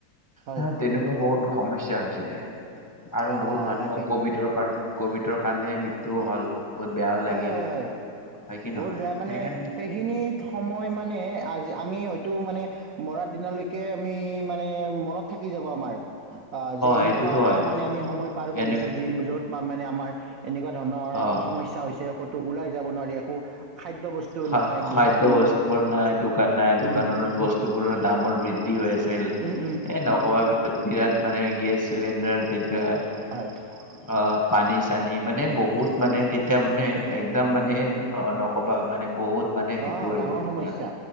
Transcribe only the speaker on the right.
হয়
অ'
তাকেইতো
হয়, হয়, হয়।
বহুত
বেয়া মানে
সেইখিনি সময় মানে আ আমি হয়তো মানে মৰাৰ দিনালৈকে আমি মানে মনত থাকি যাব আমাৰ। অ যে এনেকুৱা
এটা
মানে আমি সময় পাৰ কৰিছো
যি যত মানে আমাৰ এনেকুৱা ধৰণৰ
সমস্যা হৈছে। ক'তো ওলাই যাব নোৱাৰি। একো খাদ্য বস্তু
নাই
দোকান
উম
উম উম
হয়
অ
ডাঙৰ
সমস্যা